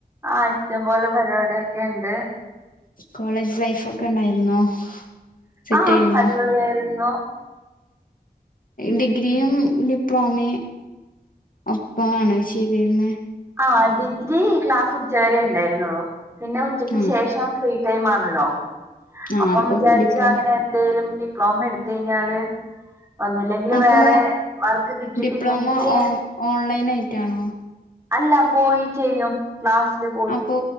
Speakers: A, on the right; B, on the left.
A: ആഹ് ഇഷ്ടം പോലെ പരിപാടിയൊക്കെ ഇണ്ട്
B: കോളേജ് ലൈഫ് ഒക്കെ ഉണ്ടായിരുന്നോ സെറ്റ്
A: ആഹ്
B: ആയിരുന്നോ
A: അടിപൊളിയായിരുന്നു
B: ഡിഗ്രിയും ഡിപ്ലോമയും ഒപ്പ ആണോ ചെയ്തിരുന്നെ
A: ആഹ് ഡിഗ്രി ക്ലാസ് ഉച്ചവരെ ഉണ്ടായിരുന്നുള്ളു പിന്നെ ഉച്ചക്ക്
B: ആ
A: ശേഷം ഫ്രീ ടൈം ആണല്ലോ
B: ആ
A: അപ്പം
B: അപ്പൊ
A: വിചാരിച്ചു
B: ഡിപ്ലോ
A: അങ്ങനെ എന്തേലും ഡിപ്ലോമ എടുത്ത് കഴിഞ്ഞാല് ഒന്നുല്ലെങ്കില്
B: അപ്പൊ
A: വേറെ വർക്ക് കിട്ടിയിട്ടില്ലെങ്കില്
B: ഡിപ്ലോമ ഓ ഓൺലൈൻ ആയിട്ടാണോ
A: അല്ല പോയി ചെയ്യും ക്ലാസ്സില് പോ
B: അപ്പോ